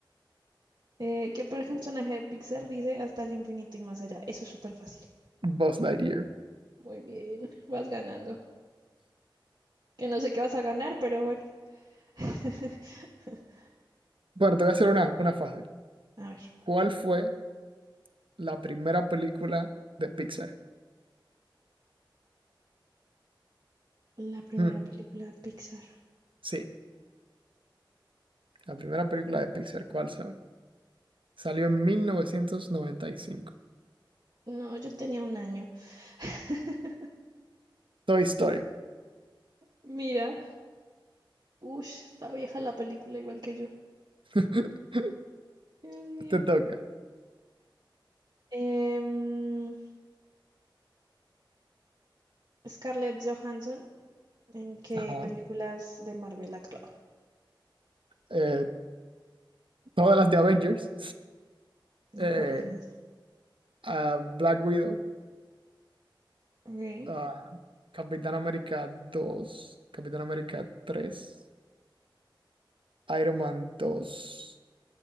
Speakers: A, on the right (about 55°); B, on the right (about 80°).
A: Eh, ¿qué personaje de Pixar dice hasta el infinito y más allá? Eso es súper fácil.
B: Buzz Lightyear.
A: Muy bien, vas ganando. Que no sé qué vas a ganar, pero bueno. <laughs>
B: Bueno, te voy a hacer una, una fácil.
A: A ver,
B: ¿Cuál fue la primera película de Pixar?
A: la primera
B: Hmm,
A: película de Pixar.
B: sí, la primera película de Pixar, ¿cuál sabe? Salió en 1995.
A: No, yo tenía un año. <laughs>
B: Toy Story.
A: Mira, Ush, está vieja la película igual que yo.
B: <laughs>
A: Dios mío.
B: Te toca.
A: Em, Scarlett Johansson, ¿en qué
B: Ajá.
A: películas de Marvel ha actuado?
B: Eh, todas las de Avengers,
A: ¿Y
B: eh,
A: en cuáles más?
B: a Black Widow,
A: Ok.
B: a Capitán América dos Capitán América tres Iron Man dos